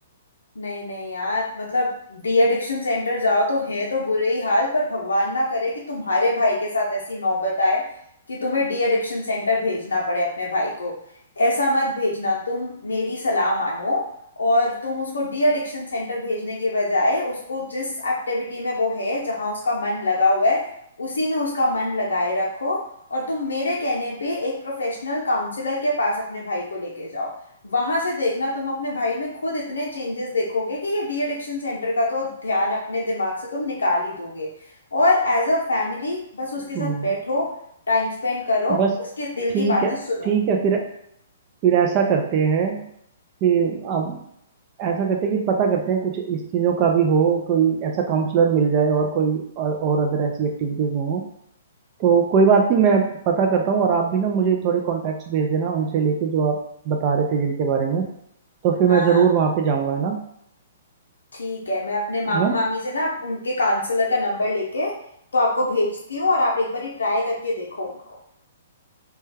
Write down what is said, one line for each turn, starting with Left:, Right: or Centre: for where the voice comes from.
Left: नहीं नहीं यार मतलब डी एडिक्शन सेंटर जाओ तो है तो बुरे ही हाल पर भगवान ना करे कि तुम्हारे भाई के साथ ऐसी नौबत आए कि तुम्हें डी एडिक्शन सेंटर भेजना पड़े अपने भाई को ऐसा मत भेजना तुम मेरी सलाह मानो और तुम उसको डी एडिक्शन सेंटर भेजने के बजाय उसको जिस एक्टिविटी में वो है जहाँ उसका मन लगा हुआ है उसी में उसका मन लगाए रखो और तुम मेरे कहने पे एक प्रोफेशनल काउंसलर के पास अपने भाई को लेके जाओ वहां से देखना तुम अपने भाई में खुद इतने चेंजेस देखोगे कि ये डी एडिक्शन सेंटर का तो ध्यान अपने दिमाग से तुम निकाल ही दोगे और एज अ फैमिली बस उसके साथ
Right: हम्म
Left: बैठो टाइम स्पेंड करो
Right: बस
Left: उसके दिल
Right: ठीक
Left: की बातें
Right: है
Left: सुनो
Right: ठीक है फिर फिर ऐसा करते हैं कि अब ऐसा करते हैं कि पता करते हैं कुछ इस चीज़ों का भी हो कोई ऐसा काउंसलर मिल जाए और कोई और, और अदर ऐसी एक्टिविटीज हो तो कोई बात नहीं मैं पता करता हूँ और आप भी ना मुझे थोड़े कॉन्टैक्ट्स भेज देना उनसे लेके जो आप बता रहे थे जिनके बारे में तो फिर
Left: हाँ
Right: मैं ज़रूर
Left: हाँ
Right: वहाँ पे जाऊँगा है ना
Left: ठीक है मैं अपने मामा
Right: है ना
Left: मामी से ना उनके काउंसलर का नंबर लेके तो आपको भेजती हूँ और आप एक बार ही ट्राई करके देखो उनको